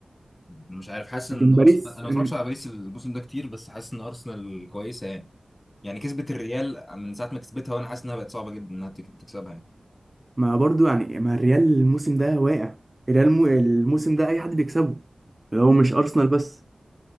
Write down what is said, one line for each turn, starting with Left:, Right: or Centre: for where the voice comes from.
Left: أنا مش عارف حاسس ان
Right: لكن
Left: ارسنال
Right: باريس
Left: انا ما
Right: يعني
Left: اتفرجش على باريس الموسم ده كتير بس حاسس ان ارسنال كويسة يعني يعني كسبت الريال من ساعة ما كسبتها وانا حاسس انها بقت صعبة جدا انها تك- تكسبها يعني
Right: ما برضو يعني ما الريال الموسم ده واقع الريال مو- الموسم ده اي حد بيكسبه لو مش ارسنال بس